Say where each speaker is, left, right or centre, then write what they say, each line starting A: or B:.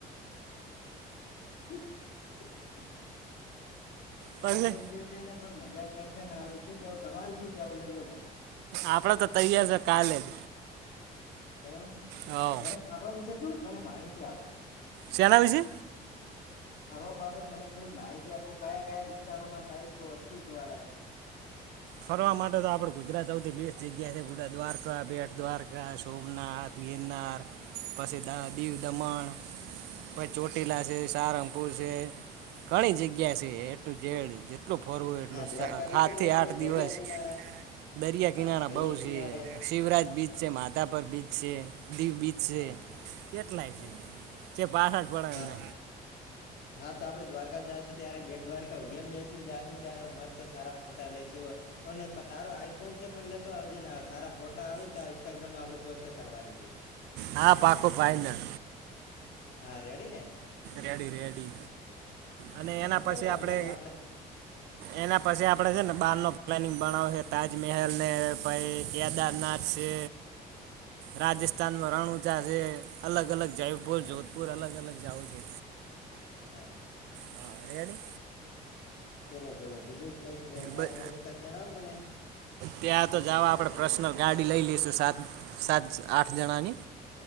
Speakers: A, on the left; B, on the right.
A: <inaudible>
B: પછી
A: આપડે ઈ જ ને પણ મજા કરશે ને આપડે શું કેવું તમાર શું કેવું છે બોલો
B: આપડે તો તૈયાર છે કાલે જ
A: એમ
B: હા
A: એને ફરવા વિશે થોડીક મને માહિતી આપો
B: શે ના વિશે
A: <inaudible> ફરવા બાબત મને થોડીક માહિતી આપો કયા કયા વિસ્તારોમાં કઈ શું શું જોવા લયક છે
B: ફરવા માટે તો આપણે ગુજરાત સૌથી બેસ્ટ જગ્યા છે બુટા દ્વારકા બેટ દ્વારકા સોમનાથ ગિરનાર પછી દીવ દમણ પછ ચોટીલા છે સારંગપુર છે ઘણી જગ્યા છે એ તો જેડ જેટલું ફરવું એટલું
A: હા દ્વારકા
B: છે હાટ
A: વિશે મને
B: થી
A: થોડીક
B: આઠ દિવસ
A: દરિયા કિનારા
B: દરિયા
A: હા
B: કિનારા
A: દરિયા
B: બોહ
A: કિનારે
B: છે શિવરાજ બીચ
A: હા
B: છે મા તા પર બીચ છે દીવ બીચ છે
A: હા
B: કેટલા
A: હમ
B: છે તે પાછાડ પડ
A: હા
B: નહ
A: હા તો આપડે દ્વારકા જશું ત્યારે બેટ દ્વારકા હોડીયા મા બેસીને જાશું ત્યારે મસ્ત સારા ફોટા લઈશું અને તારો આઈફોન છે પણ લે તો અવાજે સારા ફોટા આવે ને તો ઇન્સ્ટાગ્રામમાં આપડે પોસ્ટ કરવાની છે
B: હા પાકો ફાઇનલ
A: હા રેડી ને
B: રેડી રેડી અને
A: હા
B: એના
A: તો
B: પછી
A: કઈ વાંધો
B: આપડે
A: નઈ
B: એના પછી આપડે
A: હા
B: છે ને બહાર નો પ્લાનિંગ બનાવ છે તાજમહેલ ને પાઈ કેદારનાથ શે રાજસ્થાનમાં
A: હા
B: રણ ઊંચા છે અલગ અલગ જયપુર
A: હા
B: જોધપુર અલગ અલગ જવું છે
A: <inaudible>
B: હા રેડી
A: બોલો બોલો બીજું કઈક સારી
B: બ-
A: વ્યવસ્થા જણાવો મને
B: ત્યાં તો જવા આપડે પર્સનલ ગાડી લઈ લઈશું સાત સાત આઠ જણાની